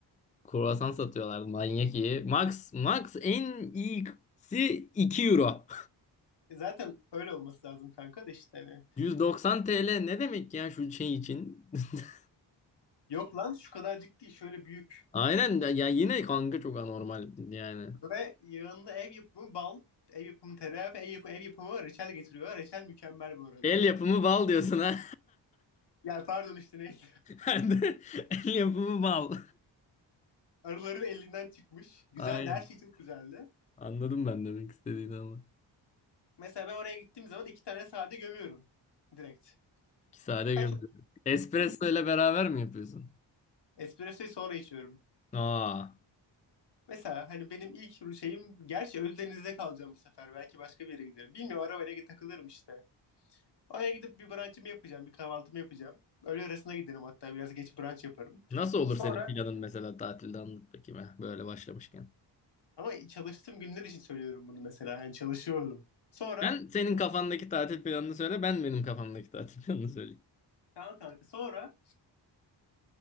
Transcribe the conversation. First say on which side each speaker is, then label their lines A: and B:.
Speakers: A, on the left (about 20°); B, on the left (about 65°).
A: kruvasan satıyorlar manyak iyi. Max, max en iyisi 2 euro.
B: E zaten öyle olması lazım kanka da işte
A: <laughs>
B: hani.
A: 190 TL ne demek ya şu şey için? <laughs>
B: Yok lan şu kadarcık değil şöyle büyük.
A: Aynen ya yine kanka çok anormal yani.
B: Ve yanında ev yapımı bal, ev yapımı tereyağı ve ev, yap- ev yapımı reçel getiriyor. Reçel mükemmel bu arada.
A: El yapımı bal diyorsun ha.
B: Ya pardon işte neydi.
A: <laughs> El yapımı bal.
B: <laughs> Arıların elinden çıkmış. Güzeldi
A: <laughs> Aynen.
B: her şey çok güzeldi.
A: Anladım ben demek istediğini ama.
B: Mesela ben oraya gittiğim zaman iki tane sade gömüyorum. Direkt.
A: Kisare
B: Kaç
A: gömdü.
B: oldu?
A: Espresso
B: Üç.
A: ile beraber mi yapıyorsun?
B: Espressoyu sonra içiyorum.
A: Aa.
B: Mesela hani benim ilk şeyim gerçi Ölüdeniz'de kalacağım bu sefer. Belki başka bir yere giderim. Bilmiyorum arabayla takılırım işte. Oraya gidip bir brunch'ımı yapacağım, bir kahvaltımı yapacağım. Öğle arasına giderim hatta biraz geç brunch yaparım.
A: Nasıl olur
B: Sonra
A: senin planın mesela tatilde anlat bakayım ha, böyle başlamışken.
B: ama çalıştığım günler için söylüyorum bunu mesela. Hani çalışıyorum. Sonra
A: Ben senin kafandaki tatil planını söyle, ben benim kafamdaki <laughs> tatil planını söyleyeyim.
B: tamam kanka sonra